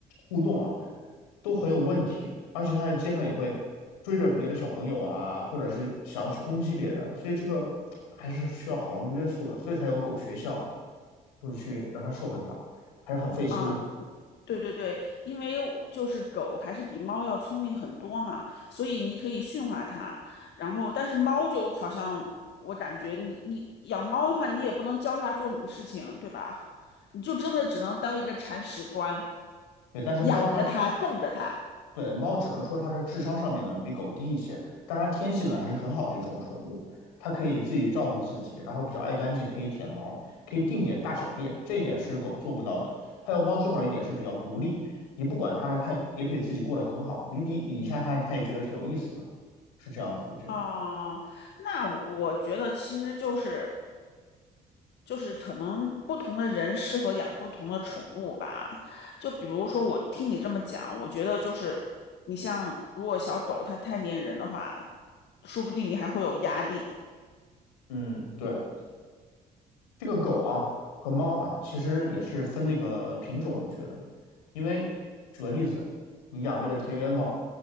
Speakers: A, on the left; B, on the left.
A: 互动啊，都很有问题，而且它在街上也会追着别的小朋友啊，或者是想要去攻击别人，所以这个还是需要好好约束的，所以才有狗学校，就是去让它社会化，还是很费心呢。
B: 啊，呃对对对，因为我就是狗还是比猫要聪明很多嘛，所以你可以驯化它。然后，但是猫就好像我感觉你你养猫的话，你也不能教它做什么事情，对吧？你就真的只能当一个铲屎官，
A: 对，但是猫它
B: 养着它，供着它。
A: 对，猫只能说它的智商上面呢比狗低一些，但它天性呢还是很好的一种宠物，它可以自己照顾自己，然后比较爱干净，可以舔毛，可以定点大小便，这一点是狗做不到的。还有猫最好的一点是比较独立，你不管它呢，它也可以自己过得很好，你理理一下它呢，它也觉得挺有意思的，是这样子，我觉得。
B: 啊、那我我觉得其实就是。就是可能不同的人适合养不同的宠物吧。就比如说，我听你这么讲，我觉得就是你像如果小狗它太粘人的话，说不定你还会有压力。
A: 嗯，对。这个狗啊和猫啊，其实也是分那个品种，我觉得，因为举个例子，你养那个田园猫，